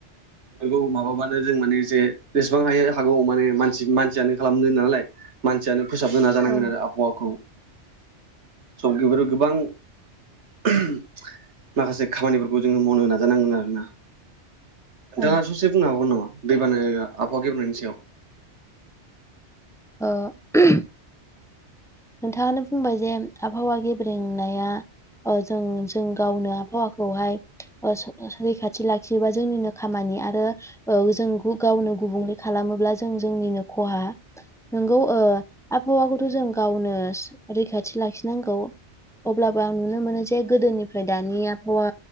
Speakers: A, on the right; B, in the centre.
A: बेखौ माबाबानो जों माने जे बेसेबां हायो हागौ माने मानसि मानसियानो खालामदों नालाय। मानसियानो फोसाबनो नाजानांगोन
B: औ
A: आरो आबहावाखौ। स बेफोर गोबां <unintelligible> माखासे खामानिफोरखौ जोङो मावनो नाजानांगोन आरोना।
B: औ
A: नोंथाङा ससे बुंनो हाबावगोन नामा दैबाना आबहावा गेब्रेंनायनि सायाव?
B: ओ <unintelligible> नोंथाङानो बुंबाय जे आबहावा गेब्रेंनाया ओ जों जों गावनो आबहावाखौहाय ओ सै रैखाथि लाखियोबा जोंनिनो खामान नि आरो ओ जों गु गावनो गुबुंले खालामोब्ला जों जोंनिनो ख'हा। नोंगौ ओ आबहावाखौथ' जों गावनो रैखाथि लाखिनांगौ। अब्लाबो आं नुनो मोनो जे गोदोनिफ्राय दानि आबहावा